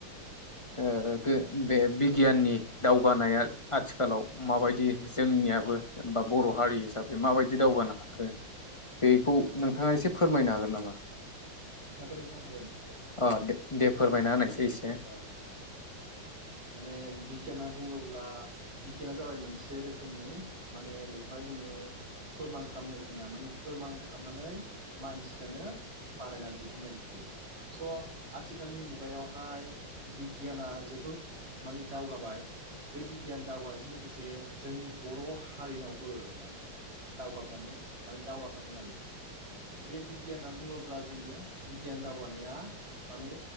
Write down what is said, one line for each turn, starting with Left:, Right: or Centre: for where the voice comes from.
Left: ओ गो बे बि गियाननि दावगानाया आथिखालाव माबायदि जोंनियाबो जेनबा बर' हारि हिसाबै माबायदि दावगानो हाखो बेखौ
Right: औ
Left: नों थांहा एसे फोरमायनो हागोन नामा?
Right: हागोन नोंथां हागोन।
Left: अ दे दे फोरमायना होननायसाय
Right: उम
Left: एसे
Right: औ माने बिगियाना बुङोब्ला बिगियाना जाबाय मोनसे रोखोमनि माने बेखौहाय बुङो फोरमान खालामनाय आरोखि ना माने फोरमान खालामनानै मानसियानो बानायना दिहुनो आरोखि स' आथिखालनि मुगायावहाय बिगियाना जोबोद माने दावगाबाय बे बिगियान दावगानायजों लोगोसे जोंनि बर' हारिनावबो माने दावगाफानो माने दावगाफादों आरो बे बिगियाना बुङोब्ला जोङो बिगियान दावगानाया माने